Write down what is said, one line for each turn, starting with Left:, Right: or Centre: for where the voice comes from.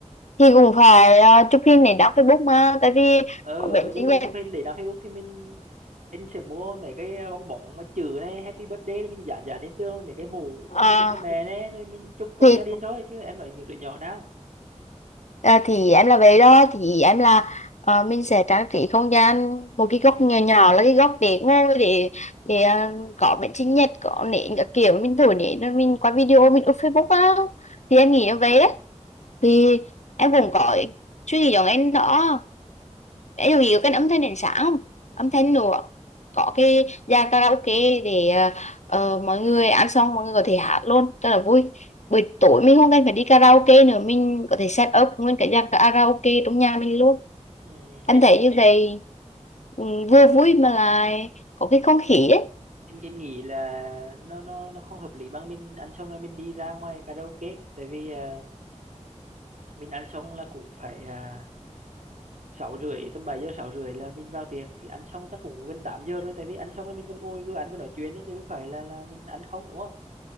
Left: thì cũng phải ờ, chụp hình để đăng Facebook mà tại vì
Right: ừ,
Left: có bệnh
Right: ừ những
Left: sinh nhật
Right: những cái pin để đăng Facebook thì mình anh sẽ mua mấy cái bong bóng mà chữ này Happy Birthday rồi mình dán dán lên tường rồi mấy cái mũ
Left: Ờ,
Right: sinh nhật cho mẹ này rồi mình chúc trong
Left: thì
Right: gia đình thôi chứ em nói những đứa nhỏ nào
Left: À, thì em là vậy đó thì em là ờ, mình sẽ trang trí không gian một cái góc nhỏ nhỏ là cái góc để ngồi để để ờ, có bánh sinh nhật có nến các kiểu mình thổi nến rồi mình qua video mình up Facebook á thì em nghĩ em vậy đấy thì em cũng có suy nghĩ giống anh đó ví dụ như cái âm thanh đến sáng không âm thanh nữa có cái dàn karaoke để ờ, ờ, mọi người ăn xong mọi người có thể hát luôn rất là vui buổi tối mình không cần phải đi karaoke nữa mình có thể set up nguyên cái dàn karaoke trong nhà mình luôn
Right: ừ,
Left: em
Right: anh,
Left: thấy như vậy ừ, vừa vui mà lại có cái không khí ấy
Right: anh anh nghĩ là nó nó nó không hợp lý bằng mình ăn xong rồi mình đi ra ngoài karaoke tại vì à, mình ăn xong là cũng phải à, sáu rưỡi tầm bảy giờ sáu rưỡi là mình vào tiệc thì ăn xong chắc cũng gần 8 giờ rồi tại vì ăn xong là mình còn ngồi vừa ăn vừa nói chuyện ấy, chứ đâu phải là là mình ăn không đúng không